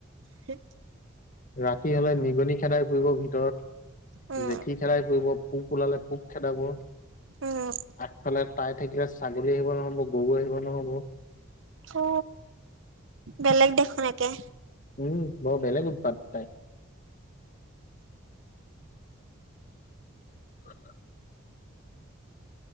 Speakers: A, on the right; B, on the left.
A: হে
B: ৰাতি হলে নিগনি খেদাই ফুৰিব ভিতৰত।
A: উম
B: জেঠী খেদাই ফুৰিব পোক ওলালে পোক খেদাব।
A: উম
B: আগফালে তাই থাকিলে ছাগলী আহিব নহব গৰু আহিব নহব।
A: অ, বেলেগ দেখোন একে।
B: উম, বৰ বেলেগ উৎপাত তাইৰ। <unintelligible>